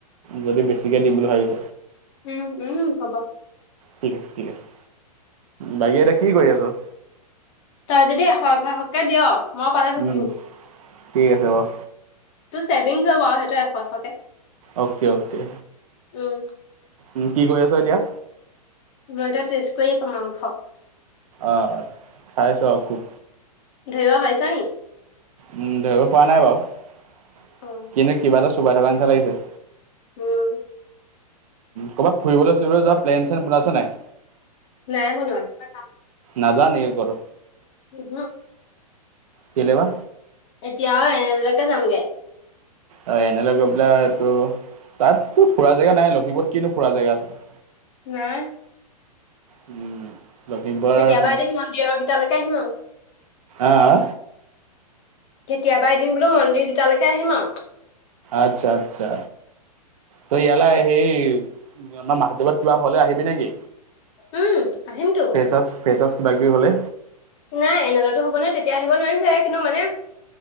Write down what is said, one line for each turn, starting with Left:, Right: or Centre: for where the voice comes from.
Right: যদি বেছিকে দিম বুলি ভাবিছ।
Left: উম, উম, হ'ব।
Right: ঠিক আছে, ঠিক আছে, বাকী এটা কি কৰি আছোঁ?
Left: তই যদি এশ এশকে দিয় মই পালে তোক
Right: উম
Left: দিম।
Right: ঠিক আছে বাৰু
Left: টো ছেভিংছ হ'ব আৰ সেইটো এশ এশকে
Right: অ'কে, অ'কে।
Left: উম।
Right: উম, কি কৰি আছা এতিয়া?
Left: মই এতিয়া তেষ্ট কৰি আছোঁ মাংস।
Right: অ' খাইছোঁ আহ খুব।
Left: ধৰিৱা পাইছা নেকি?
Right: ধৰিব পৰা নাই বাৰু।
Left: উম,
Right: কিন্তু কিবা এটা চোবাই থকা নিচিনা লাগিছে।
Left: উম।
Right: ক'ৰবাত ফুৰিবলৈ চুৰিবলৈ যোৱা প্লেন চেলেন বনাইছনে নাই?
Left: নাই বনোৱা
Right: নাজানে কৰ
Left: <unintelligible>
Right: কেলে বা
Left: এতিয়া এনেলৈকে যামগে।
Right: অ' এনে লেত গৈ পেলাই, এইটো তাতো ফুৰা জেগা নাই, লখিমপুৰত কিনো ফুৰা জেগা আছে?
Left: নাই।
Right: উম। লখিমপুৰৰ
Left: কেতিয়াবা
Right: এখন
Left: এদিন মন্দিৰৰ ভিতৰলৈকে আহিম আৰু
Right: আহ
Left: কেতিয়াবা এদিন বোলোঁ মন্দিৰ কেইটালৈকে আহিম আৰু
Right: আচ্ছা, আচ্ছা, তো ইয়ালে আহি আহ মাধৱৰ্দেৱ তি কিবা হ'লে আহিবি নেকি?
Left: উম, আহিমতো।
Right: ফ্ৰেছাচ ফ্ৰেছাচ কিবা কিবি হ'লে।
Left: নাই এনেলেতো হ'ব নহয়। তেতিয়া আহিব নোৱাৰিম চাগে, কিন্তু মানে